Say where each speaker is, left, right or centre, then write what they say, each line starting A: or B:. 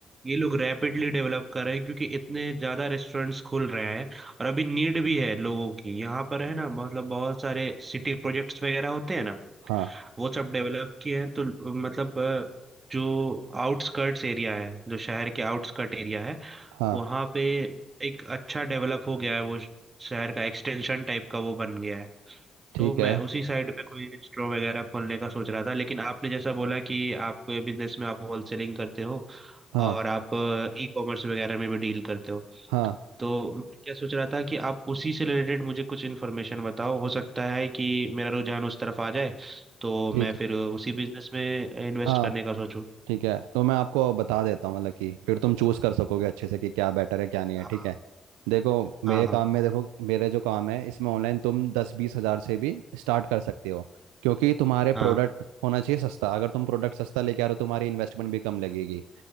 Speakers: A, on the right; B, on the right.
A: ये लोग रैपिडली डेवलप कर रहे हैं क्योंकि इतने ज़्यादा रेस्टोरेंट्स खुल रहे हैं और अभी नीड भी है लोगों की यहाँ पर है ना मतलब बहुत सारे सिटी प्रोजेक्ट्स वगैरह होते हैं ना
B: हाँ
A: वो सब डेवलप किए हैं तो मतलब अ, जो आउटस्कर्ट्स एरिया है जो शहर के आउटस्कर्ट एरिया है
B: हाँ
A: वहाँ पे एक अच्छा डेवलप हो गया है वो श- शहर का एक्सटेंशन टाइप का वो बन गया है
B: ठीक
A: तो मैं
B: है
A: उसी साइड पे कोई रेस्टोरेंट वगैरह खोलने का सोच रहा था लेकिन आपने जैसा बोला कि आप बिजनेस में आप होलसेलिंग करते हो
B: हाँ
A: और आप ई कॉमर्स वगैरह में भी डील करते हो
B: हाँ
A: तो मैं क्या सोच रहा था कि आप उसी से रिलेटेड मुझे कुछ इन्फॉर्मेशन बताओ हो सकता है कि मेरा रुझान उस तरफ आ जाए तो
B: ठीक
A: मैं
B: है
A: फिर उसी बिजनेस में इन्वेस्ट
B: हाँ
A: करने का सोचूं
B: ठीक है तो मैं आपको बता देता हूँ मतलब कि फिर तुम चूज़ कर सकोगे अच्छे से कि क्या बेटर है क्या नहीं है
A: हाँ
B: ठीक है देखो
A: हाँ
B: मेरे
A: हाँ
B: काम में देखो मेरे जो काम है इसमें ऑनलाइन तुम दस बीस हज़ार से भी स्टार्ट कर सकते हो क्योंकि तुम्हारे
A: हाँ
B: प्रोडक्ट होना चाहिए सस्ता अगर तुम प्रोडक्ट सस्ता लेके आ रहे हो तुम्हारी इन्वेस्टमेंट भी कम लगेगी